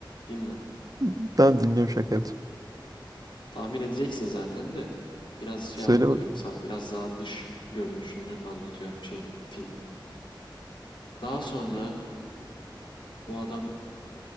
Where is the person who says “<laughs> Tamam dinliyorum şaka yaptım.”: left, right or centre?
Right